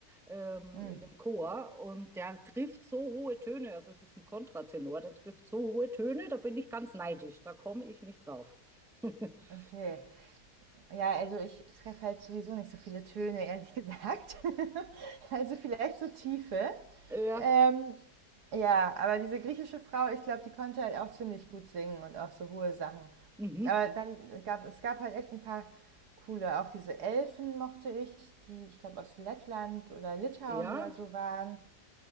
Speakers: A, in the centre; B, on the right.
A: ähm,
B: Hm,
A: in dem Chor und der trifft so hohe Töne, also es ist ein Kontratenor, der trifft so hohe Töne, da bin ich ganz neidisch, da komme ich nicht drauf. <laughs>
B: okay. Ja, also ich treffe halt sowieso nicht so viele Töne, ehrlich gesagt. <laughs> also vielleicht so Tiefe.
A: Ja,
B: Ähm, ja, aber diese griechische Frau, ich glaube, die konnte halt auch ziemlich gut singen und auch so hohe Sachen.
A: mhm.
B: Aber dann gab es gab halt echt ein paar coole, auch diese Elfen mochte ich, die ich glaube aus Lettland oder Litauen
A: Ja,
B: oder so waren.